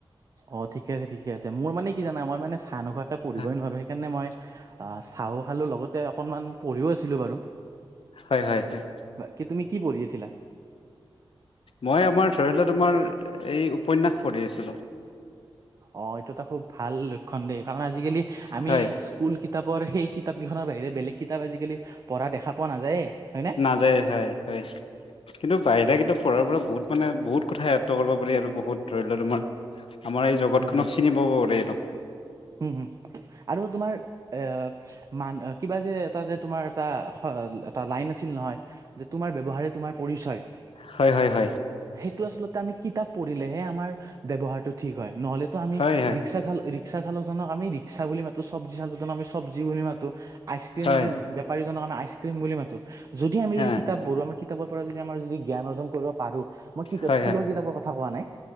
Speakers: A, on the right; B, on the left.
A: অ ঠিকে আছে ঠিকে আছে মোৰ মানে কি জানা মই মানে চাহ নোখোৱাকে পঢ়িবই
B: হয়
A: নোৱাৰো সেইকাৰণে মই অহ চাহো খালো লগতে অকনমান পঢ়িও আছিলো বাৰু।
B: হয় হয় হয়।
A: বাকি কি তুমি কি পঢ়ি আছিলা?
B: মই আমাৰ ধৰি লোৱা তোমাৰ এই উপন্যাস পঢ়ি আছিলোঁ।
A: অঁহ এইটো এটা খুব ভাল লক্ষণ দেই কাৰণ আজিকালি আমি
B: হয়
A: স্কুল কিতাপৰ সেই কিতাপকেইখনৰ বাহিৰে বেলেগ কিতাপ আজিকালি পঢ়া দেখা পোৱা নাযায়ে হয়নে
B: নাযায়ে হয় হয়। কিন্তু বাহিৰা কিতাপ পঢ়াৰ পৰা বহুত মানে বহুত কথা আয়ত্ব কৰিব পাৰি আৰু বহুত ধৰি লোৱা তোমাৰ আমাৰ এই জগতখনক
A: হুম
B: চিনি পাব পাৰে এইটো।
A: উম আৰু তোমাৰ এ মান কিবা যে এটা যে তোমাৰ এটা এটা লাইন আছিল নহয় যে তোমাৰ ব্যৱহাৰে তোমাৰ পৰিচয়।
B: হয় হয় হয়।
A: সেইটো আচলতে আমি কিতাপ পঢ়িলেহে আমাৰ ব্যৱহাৰটো ঠিক হয় নহ'লে তো আমি
B: হয় হয়
A: ৰিক্সা চাল ৰিক্সা চালকজনক আমি ৰিক্সা বুলি মাতো চব্জি চালকজনক আমি চব্জি বুলি মাতো আইচক্ৰীম
B: হয়
A: আমি আইচ্ৰীম বুলি মাতোঁ যদি আমি
B: হা
A: যদি কিতাপ পঢ়ো আমাৰ কিতাপৰ পৰা যদি আমাৰ যদি জ্ঞান অৰ্জন কৰিব পাৰো মই
B: হয়
A: স্কুলৰ
B: হয়
A: কিতাপৰ কথা কোৱা নাই।